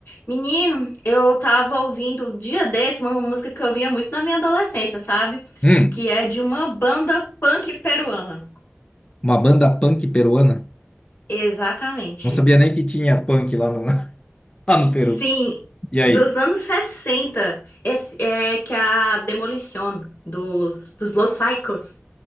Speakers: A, on the left (about 50°); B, on the left (about 25°).
A: Menino, eu tava ouvindo um dia desse uma música que eu ouvia muito na minha adolescência, sabe?
B: Hum,
A: Que é de uma banda punk peruana.
B: uma banda punk peruana?
A: Exatamente.
B: Não sabia nem que tinha punk lá no, <laughs> lá no Peru.
A: Sim,
B: E aí?
A: dos
B: O
A: anos 60, esse, é que é a Demolition dos, dos Los Psychos.